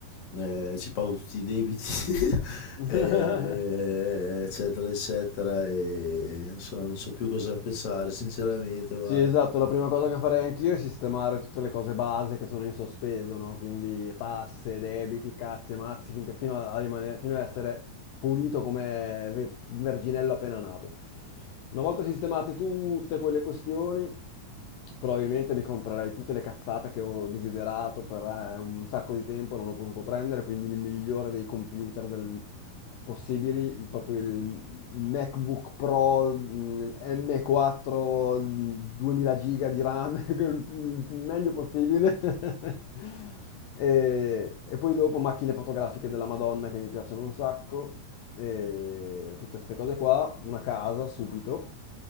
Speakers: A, on the left; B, on the left.
A: eh, ci pago tutti i debiti, <laughs>
B: <laughs>
A: eh, eccetera, eccetera, e non so, non so più cosa pensare, sinceramente, guarda.
B: Sì, esatto, la prima cosa che farei anch'io è sistemare tutte le cose base che sono in sospeso, no? Quindi tasse, debiti, cazzi e mazzi, finché, fino a, a rimanere- fino a essere pulito come ve- verginello appena nato. Una volta sistemate tutte quelle questioni, probabilmente mi comprerei tutte le cazzate che ho desiderato per eh, un sacco di tempo e non ho potuto prendere, quindi il migliore dei computer del- possibili, il- proprio il MacBook Pro mh, M4 mh, 2000 giga di RAM, <laughs> il il meglio possibile. <laughs> E, e poi dopo macchine fotografiche della Madonna che mi piacciono un sacco, e tutte queste cose qua, una casa subito.